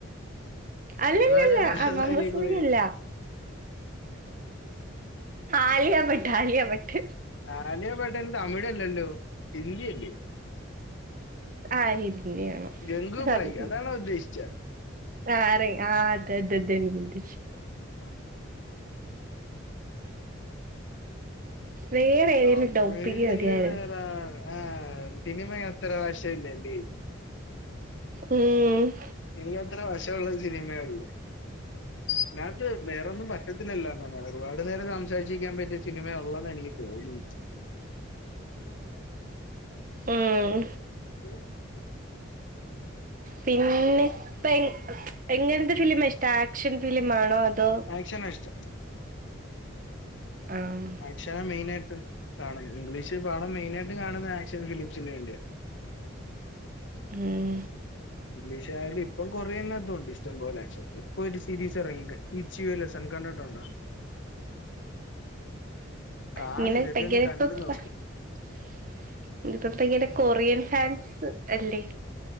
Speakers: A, on the right; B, on the left.
A: അല്ലല്ലല്ല
B: വേറെ വെള്ളസാരി
A: ആ മമ്മൂസ്
B: കൂടെ
A: <unintelligible> അല്ല ആലിയ ഭട്ട് ആലിയ ഭട്ട്
B: ആലിയ ഭട്ടയ്ന് തമിഴല്ലല്ലോ ഹിന്ദിയല്ലേ
A: ആഹ് ഹിഡ്ലിയാണ്
B: ഗംഗുബായി
A: <unintelligible>
B: അതാണോ ഉദ്ദേശിച്ച
A: ആറെ ആഹ് അതേ <unintelligible>
B: ആ
A: വേറെ ഏതേലും
B: തമിഴില്
A: ടോപ്പിക്ക് മതിയായിരുന്നു
B: വേറെ ആ സിനിമ അത്ര വശമില്ലല്ലേ
A: ഉം
B: എനിക്ക് അത്ര വശമുള്ളത് സിനിമയേ ഉള്ളു ഇതിനകത്ത് വേറൊന്നും പറ്റത്തില്ലല്ലോ അങ്ങനെ ഒരുപാട് നേരം സംസാരിച്ചിരിക്കാൻ പറ്റിയ സിനിമയേ ഉള്ളെന്ന് എനിക്ക് തോന്നുന്നത്
A: ഉം
B: ഉം
A: പിന്നെ ഇപ്പ എ എങ്ങൻത്തെ ഫിലിമാ ഇഷ്ടം? ആക്ഷൻ ഫിലിം ആണോ അതോ,
B: ആക്ഷനാ ഇഷ്ടം.
A: ആം
B: ആക്ഷനാ മെയിനായിട്ട് കാണുന്നത് ഇംഗ്ലീഷ് പടം മെയിനായിയിട്ട് കാണുന്നത് ആക്ഷൻ ഫിലിംസിന് വേണ്ടിയാ.
A: ഉം
B: ഇംഗ്ലീഷ് ആയാലും ഇപ്പം കൊറേ എണ്ണട്ടുണ്ട് ഇഷ്ടം പോലെ ആക്ഷൻ ഇപ്പൊ ഒരു സീരീസ് എറങ്ങി <unintelligible> ഈച്ചി വല്ലസൻ കണ്ടിട്ടുണ്ടോ കാണ്
A: ഇങ്ങള്
B: ഇതൊക്കെ
A: <unintelligible>
B: ഒന്ന് കണ്ടു നോക്ക്
A: <unintelligible> കൊറിയർ ഫാൻസ് അല്ലേ